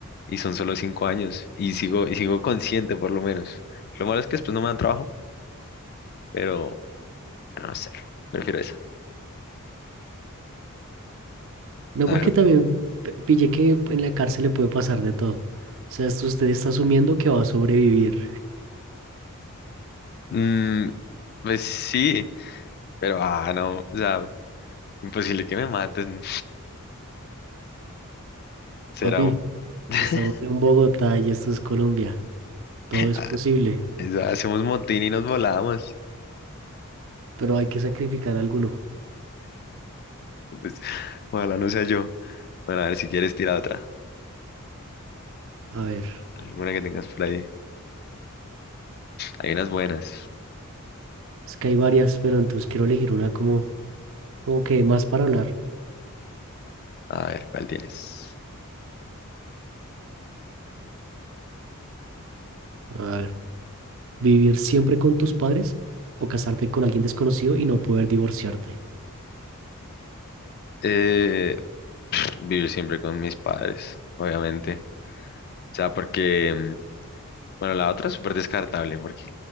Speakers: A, on the left (about 45°); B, on the right (about 65°).
A: y son solo cinco años y sigo, y sigo consciente por lo menos. Lo malo es que después no me dan trabajo, pero no sé, prefiero esa.
B: no
A: A
B: porque
A: ver,
B: también p- pillé que en la cárcel le puede pasar de todo. O sea, esto usted está asumiendo que va a sobrevivir.
A: mm, pues sí, pero ah, no, o sea, imposible que me maten. Será,
B: Papi,
A: un- <laughs>
B: estamos en Bogotá y esto es Colombia. Todo es
A: Ah,
B: posible,
A: eso, hacemos motín y nos volamos.
B: pero hay que sacrificar alguno.
A: Pues, ojalá no sea yo. Bueno, a ver si quieres tirar otra,
B: A ver,
A: alguna que tengas por ahí. Hay unas buenas.
B: es que hay varias, pero entonces quiero elegir una como, como que dé más para hablar.
A: A ver, ¿cuál tienes?
B: A ver. ¿Vivir siempre con tus padres o casarte con alguien desconocido y no poder divorciarte?
A: Eh, vivir siempre con mis padres, obviamente. O sea, porque mm, Bueno, la otra es súper descartable, porque